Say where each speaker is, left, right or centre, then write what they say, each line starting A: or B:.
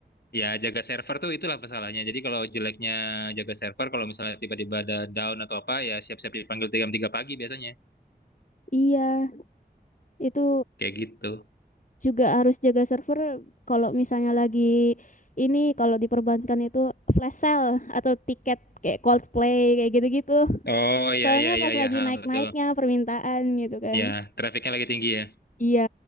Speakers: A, on the left; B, on the left.
A: ya jaga server tuh itulah masalahnya. Jadi kalau jeleknya jaga server, kalau misalnya tiba-tiba ada down atau apa, ya siap-siap dipanggil jam 3 pagi biasanya.
B: iya, itu
A: Kayak gitu.
B: juga harus jaga server kalau misalnya lagi ini kalau diperbankan itu flash sale atau tiket kayak Coldplay kayak gitu-gitu.
A: Oh ya
B: Soalnya
A: ya ya
B: pas lagi
A: ya Ha,
B: naik-naiknya
A: betul.
B: permintaan gitu kan.
A: Ya, trafiknya lagi tinggi ya.
B: Iya,